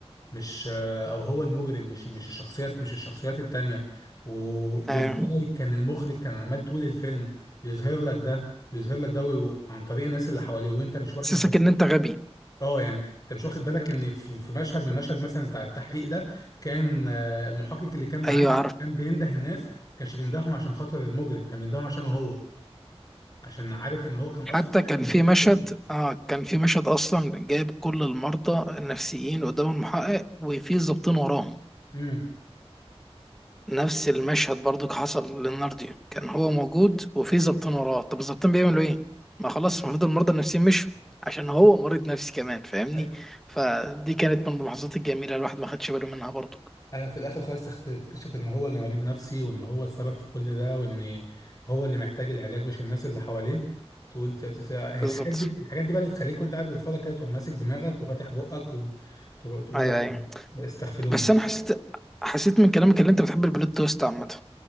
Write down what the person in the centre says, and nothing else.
أيوه
حسسك
إن أنت غبي
أيوه
حتى
كان
في
مشهد
اه كان في مشهد اصلا جايب كل المرضى النفسيين قدام المحقق وفي ظابطين وراهم
نفس المشهد برضو حصل للنارديو كان هو موجود وفي ظابطين وراه طب الظابطين بيعملوا ايه ما خلاص المفروض المرضى النفسيين مشوا عشان هو مريض نفسي كمان فاهمني
فدي كانت من اللحظات الجميله الواحد ما خدش باله منها برضو
بالظبط
ايوه ايوه
بس انا حسيت حسيت من كلامك اللي انت بتحب البلوت تويست عامه